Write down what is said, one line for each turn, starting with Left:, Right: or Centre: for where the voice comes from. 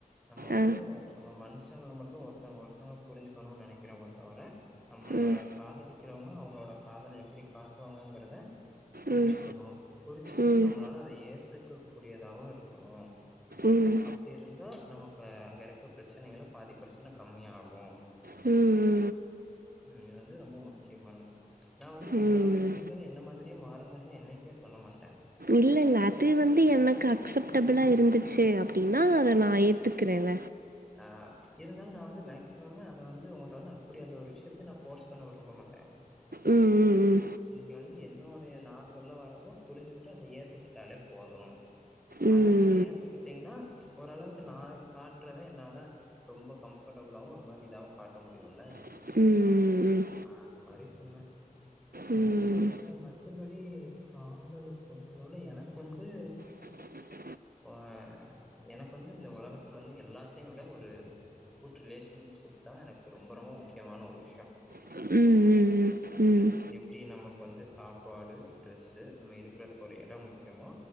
Centre: நம்ம வந்து
Right: ஆ
Centre: நம்ம மனுஷங்கள மட்டும் ஒருத்தங்க ஒருத்தங்க புரிஞ்சுக்கணூன் நெனகெகிறோமே தவர நம்மள
Right: ம்
Centre: காதலிக்கிறவங்கள அவங்களோட காதல் எப்டி காட்டுவாங்கங்குறத புரிஞ்சு
Right: ம்
Centre: கணு புரிஞ்சுக்கிட்டு
Right: ம்
Centre: நம்ளால அத ஏத்துக்க கூடியதாவு இருக்கணு
Right: ம்
Centre: அப்டி இருந்தா நமக்கு அங்க இருக்க ப்ரச்சனைகள பாதி ப்ரச்சன கம்மியாகு
Right: ம்
Centre: ம் இது வந்து ரொம்ப முக்கியமானது நா வந்து உங்கள
Right: ம்
Centre: வந்து நீங்களு என்ன மாதிரியே மாறுங்கன்னா என்னைக்குமே சொல்ல மாட்ட
Right: இல்ல இல்ல அது வந்து எனக்கு அக்செப்டபுளா இருந்துச்சு அப்டின்னா அத
Centre: ஆ
Right: நா ஏத்துக் குறல
Centre: ஆ இருந்தாலு நா வந்து மேக்ஸி மமே அத வந்து உங்கள்ட்ட வந்து அப்டி அந்த ஒரு விஷயத்த நா ஃபோர்ஸ் பண்ண விரும்ப மாட்ட
Right: ம் ம் ம்
Centre: நீங்க வந்து என்னோடைய நா சொல்ல வர்றத புரிஞ்சுகிட்டு அத ஏத்துக்குட்டாலே போது
Right: ம்
Centre: அத நீங்க ஏத்துக்கிட்டீங்னா ஓரளவுக்கு நா கா ட்றத என்னால ரொம்ப கம்ஃபர்டபுளாவு ஒரு மாரி இதாவு காட்ட முடியுல்ல
Right: ம் ம் ம்
Centre: ஆ அந்த மாரி சொன்ன
Right: ம்
Centre: மத்த
Right: ம்
Centre: பொடுத்த மத்தப்படி காதல பொறுத்தளவுல எனக்கு வந்து
Right: <inaudible>
Centre: ஆ எனக்கு வந்து இந்த ஒலகத்துல வந்து எல் லாத்தயு விட ஒரு குட் ரிலேஷன்ஷிப் தா எனக்கு ரொம்ப ரொம்ப முக்கியமான ஒரு விஷ்யொ
Right: ம் ம் ம் ம்
Centre: எப்டி நமக்கு வந்து சாப்பாடு ட்ரெஸ்ஸு நம்ம இருக்குறதுக்கு ஒரு எடம் முக்கியமோ